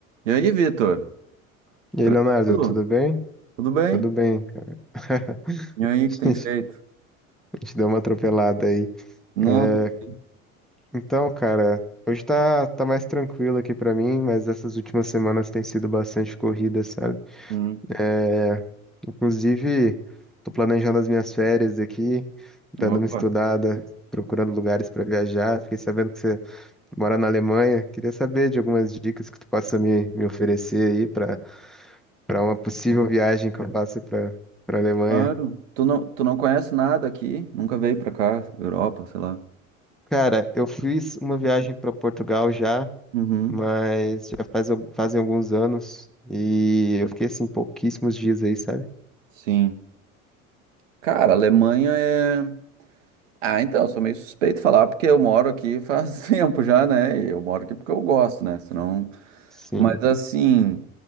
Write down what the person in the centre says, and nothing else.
E
aí, Leonardo, tudo bem?
Tudo bem, cara. <laughs>
A
gente
a gente deu uma atropelada aí.
É,
então, cara, hoje tá, tá mais tranquilo aqui pra mim, mas essas últimas semanas tem sido bastante corrida, sabe?
É, inclusive, tô planejando as minhas férias aqui, dando
uma estudada, procurando lugares pra viajar. Fiquei sabendo que você mora na Alemanha. Queria saber de algumas dicas que tu possa me, me oferecer aí pra para uma possível viagem que eu faça pra para Alemanha.
Cara, eu fiz uma viagem para Portugal já,
mas já faz, al- fazem alguns anos e eu fiquei assim pouquíssimos dias aí, sabe?
Sim.